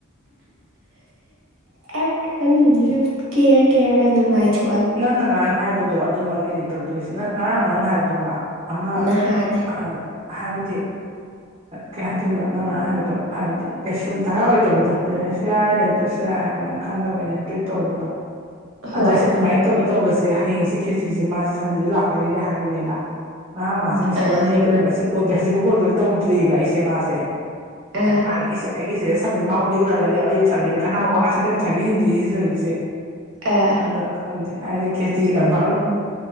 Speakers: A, on the right; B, on the right.
A: ꯌꯥꯝ ꯈꯜꯂꯨꯅꯦ ꯀꯦꯔ ꯀꯦꯔꯒ ꯅꯨꯡꯉꯥꯏꯖꯩ
B: ꯅꯪꯅ ꯉꯔꯥꯡ ꯍꯥꯏꯕꯗꯣ ꯑꯗꯨꯃꯛꯅꯦꯅꯦ ꯇꯧꯗꯣꯏꯁꯤ ꯅꯪ ꯉꯔꯥꯡ ꯉꯔꯥꯡ ꯍꯥꯏꯕꯗꯨꯕ ꯑꯃ
A: ꯅꯍꯥꯟꯅꯦ
B: ꯑ ꯍꯥꯏꯕꯗꯤ ꯀꯩ ꯍꯥꯏꯇꯣꯏꯅꯣ ꯅꯉꯥꯏ ꯍꯥꯏꯕꯗꯣ ꯍꯥꯏꯕꯗꯤ ꯀꯩꯁꯨ ꯗꯔꯀꯥꯔ ꯑꯣꯏꯗꯕꯗꯣ ꯂꯩꯔꯁꯨ ꯌꯥꯏ ꯂꯩꯇ꯭ꯔꯁꯨ ꯌꯥꯏꯅ ꯈꯜꯂꯒ ꯑꯩꯅ ꯇ꯭ꯔꯤꯠ ꯇꯧꯕꯗꯣ
A: ꯍꯣꯏ
B: ꯑꯗ ꯑꯩꯁꯦ ꯑꯗꯨꯃꯥꯏꯅ ꯇꯧꯒ ꯇꯧꯕꯁꯦ ꯍꯌꯦꯡꯁꯦ ꯈꯦꯆꯁꯦ ꯃꯥꯁꯦ ꯁꯟꯗꯦꯗ ꯂꯥꯛꯀꯅꯤꯔꯦ ꯍꯥꯏꯕ ꯃꯥꯦ ꯃꯤꯁꯀꯨꯂꯝꯅꯤ
A: ꯑꯥ
B: ꯄꯂꯝ ꯑꯩꯁꯦ ꯀꯣꯜꯦꯛ ꯍꯧꯖꯤꯛꯐꯥꯎ ꯀꯣꯜꯕꯦꯛ ꯇꯧꯗ꯭ꯔꯤꯑꯔꯤꯕ ꯑꯩꯁꯦ ꯃꯥꯁꯦ
A: ꯑꯥ
B: ꯑꯗ ꯃꯥꯒꯤ ꯑꯩꯁꯦ ꯑꯩꯒꯤꯁꯤꯗ ꯁꯃꯟ ꯃꯥꯃꯣꯟꯗꯤ ꯎꯔꯝꯒꯅꯦꯕ ꯑꯩꯁꯨ ꯊꯕꯤꯁꯨ ꯈꯠꯅꯍꯧꯕ ꯉꯥ ꯊꯛꯅꯦꯅꯕꯕ ꯊꯥꯕꯤꯁꯤꯡꯁꯦ ꯁꯤꯁꯤꯁꯨ ꯍꯧꯛꯁꯦ
A: ꯑꯥ
B: ꯑꯗ ꯈꯪꯗꯦ ꯍꯥꯏꯗꯤ ꯈꯦꯇ ꯀꯟꯐꯥꯔꯝ